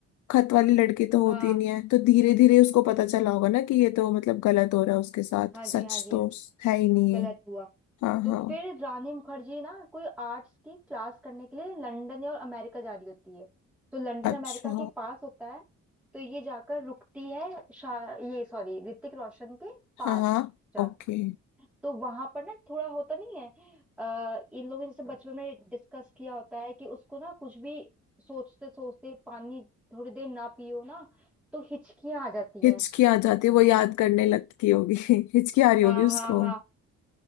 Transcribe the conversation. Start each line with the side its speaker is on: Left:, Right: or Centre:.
Left: खत वाली लड़की तो
Centre: हाँ
Left: होती ही नहीं है तो धीरे धीरे उसको पता चला
Centre: जी
Left: होगा ना कि ये तो मतलब गलत हो रहा है उसके साथ
Centre: हाँ जी
Left: सच
Centre: हाँ जी
Left: तो
Centre: हाँ जी
Left: है ही नहीं है
Centre: गलत हुआ
Left: हाँ
Centre: तो
Left: हाँ
Centre: फिर रानी मुखर्जी ना कोई आर्ट्स की क्लास करने के लिए लंदन या और अमेरिका जा रही होती है तो लंदन
Left: अच्छा
Centre: अमेरिका के पास होता है तो ये जाकर रुकती है शा- ये सॉरी ऋतिक रोशन के पास
Left: हाँ हाँ
Centre: जाके
Left: ओके
Centre: तो वहां पर ना थोड़ा होता नहीं है आ, इन लोगों ने जैसे बचपन में डिस्कस किया होता है कि उसको ना कुछ भी सोचते सोचते पानी थोड़ी देर ना पियो ना तो हिचकियां आ जाती
Left: हिचकी
Centre: हैं
Left: आ जाती है वो याद करने लगती होगी <laughs> हिचकी आ रही
Centre: हाँ
Left: होगी
Centre: हाँ
Left: उसको
Centre: हाँ